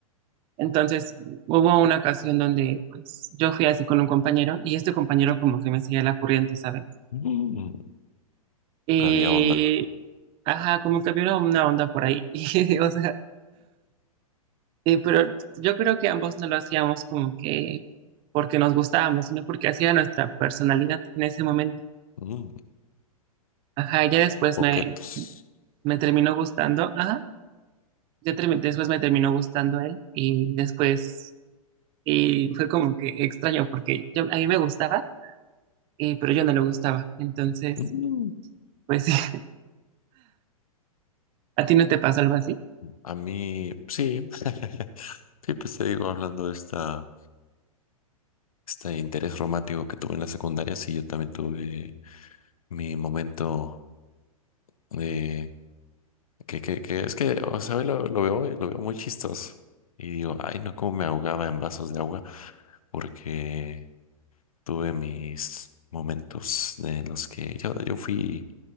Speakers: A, on the right; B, on the left.
A: entonces hubo una ocasión donde pues yo fui así con un compañero y este compañero como que me seguía la corriente, ¿sabes?
B: Mm,
A: Eh,
B: había onda.
A: ajá, como que había una onda por ahí. <laughs> Y, o sea, eh, pero yo creo que ambos no lo hacíamos como que porque nos gustábamos, sino porque hacía nuestra personalidad en ese momento.
B: Mm,
A: Ajá, ya después
B: coquetos.
A: me, me terminó gustando. Ajá, ya termi- después me terminó gustando él y después y fue como que extraño porque yo, a mí me gustaba, eh, pero yo no le gustaba. Entonces,
B: Mm,
A: pues sí, <laughs> ¿a ti no te pasó algo así?
B: a mí, sí. <laughs> Sí, pues te digo, hablando de esta, este interés romántico que tuve en la secundaria, sí, yo también tuve mi momento de que, que, que es que, o sea, hoy lo, lo veo, hoy, lo veo muy chistoso. Y digo, ay, no, cómo me ahogaba en vasos de agua, porque tuve mis momentos en los que yo, yo fui